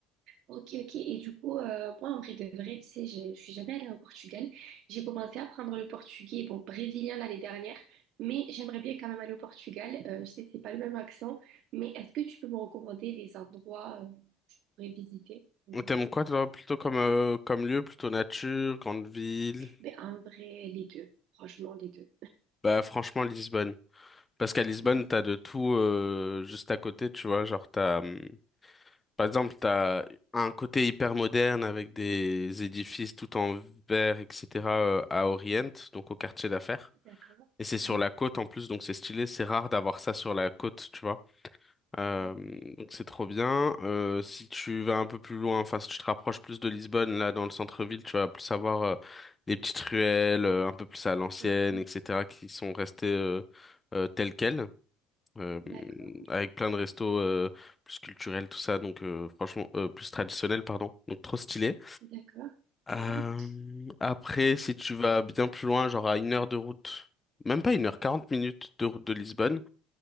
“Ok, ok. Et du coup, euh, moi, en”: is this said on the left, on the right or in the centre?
Right